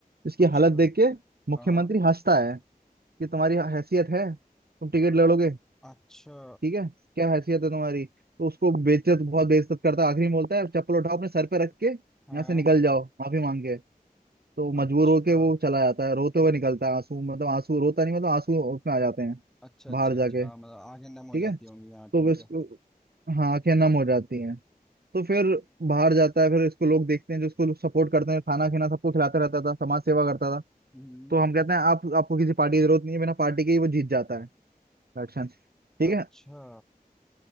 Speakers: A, on the right; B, in the centre.
A: इसकी
B: अच्छा
A: हालत देख के मुख्यमंत्री
B: हाँ हाँ,
A: हंसता है कि तुम्हारी हैसियत है तुम टिकट
B: अ-
A: लड़ोगे
B: अच्छा
A: ठीक है क्या हैसियत है तुम्हारी तो उसको बेइज्जत बहुत बेइज्जत करता है आखिरी में बोलता है चप्पल उठाओ अपने सर पे रख के यहाँ
B: हाँ
A: से निकल जाओ माफी मांग के तो मजबूर
B: अच्छा
A: होके वो चला जाता है रोते हुए निकलता है आंसू मतलब आंसू रोता नहीं मतलब आंसू उसमें आ जाते हैं
B: अच्छा अच्छा
A: बाहर
B: अच्छा
A: जाके
B: हाँ, मतलब आगे
A: ठीक
B: नम हो जाती
A: है
B: होंगी हाँ ठीक
A: तो वो इसको
B: है
A: हाँ आंखें नम हो जाती हैं तो फिर बाहर जाता है फिर इसको लोग देखते हैं जो इसको लोग सपोर्ट करते हैं खाना खीना सबको खिलाते रहता था समाज सेवा करता था
B: हम्म
A: तो हम कहते हैं आप आपको किसी पार्टी की जरूरत नहीं है बिना पार्टी के ही वो जीत जाता है इलेक्शन ठीक
B: अच्छा
A: है